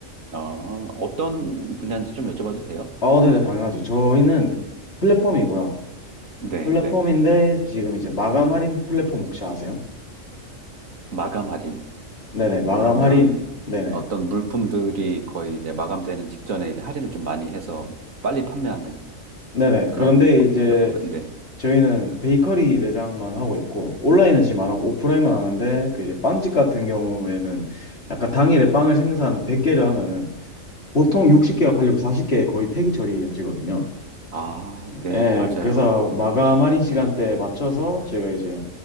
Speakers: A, on the right; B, on the left.
A: 아, 어떤 분야인지 좀 여쭤봐도 돼요?
B: 아, 어, 네네, 당연하죠. 저희는 플랫폼이고요.
A: 네네.
B: 플랫폼인데, 지금 이제 마감 할인 플랫폼 혹시 아세요?
A: 마감 할인.
B: 네네, 마감
A: 그러면
B: 할인, 네네.
A: 어떤 물품들이 거의 이제 마감되는 직전에 이제 할인을 좀 많이 해서 빨리 판매하는
B: 네네.
A: 그런
B: 그런데 이제
A: 플랫폼인가요? 네.
B: 저희는 베이커리 매장만 하고 있고 온라인은 지금 안 하고 오프라인만 하는데 그 이제 빵집 같은 경우에는 약간 당일에 빵을 생산 100개를 하면은 보통 60개가 팔리고 40개 거의 폐기 처리하시거든요.
A: 아, 네,
B: 예,
A: 맞아요.
B: 그래서 마감 할인 시간대에
A: 네.
B: 맞춰서 저희가 이제